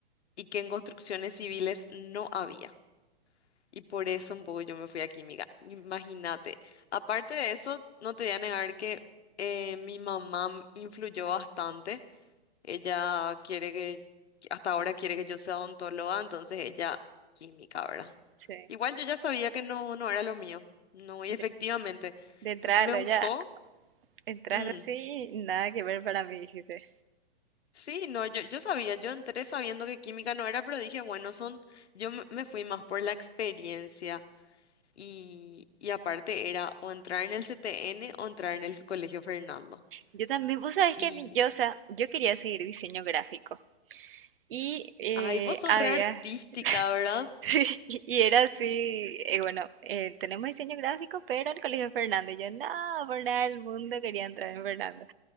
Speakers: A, on the left (about 80°); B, on the right (about 55°).
A: y que en construcciones civiles no había. Y por eso un poco yo me fui a química. Imagínate. Aparte de eso, no te voy a negar que eh, mi mamá m- influyó bastante. Ella quiere que, hasta ahora quiere que yo sea odontóloga, entonces ella química, ¿verdad?
B: Sí.
A: Igual yo ya sabía que no, no era lo mío. No, y
B: De,
A: efectivamente,
B: de entrada
A: m- me
B: lo
A: gustó.
B: ya entraste
A: mm,
B: así, nada que ver para mí, dijiste.
A: Sí, no, yo, yo sabía, yo entré sabiendo que química no era, pero dije, bueno, son, yo me me fui más por la experiencia Y, y aparte era o entrar en el CTN o entrar en el Colegio Fernando.
B: Yo también, vos sabés
A: Y,
B: que a mí- yo, o sea, yo quería seguir diseño gráfico. Y eh,
A: ay, vos sos
B: había
A: re artística,
B: <laughs>
A: ¿verdad?
B: Sí, <laughs> y era así, eh, bueno, eh, tenemos diseño gráfico, pero el colegio de Fernando. Y yo, no, por nada del mundo quería entrar en Fernando.